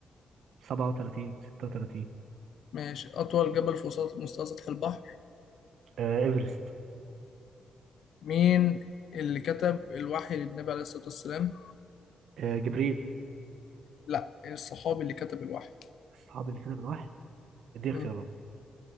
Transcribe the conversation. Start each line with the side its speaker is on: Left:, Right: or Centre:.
Right: 37 36
Left: ماشي أطول جبل في وسط مستوى سطح البحر
Right: آه ايفرست
Left: مين اللي كتب الوحي للنبي عليه الصلاة والسلام؟
Right: آه جبريل
Left: لأ الصحابي اللي كتب الوحي
Right: الصحابي اللي كده بالواحد دي اختيارات
Left: مم.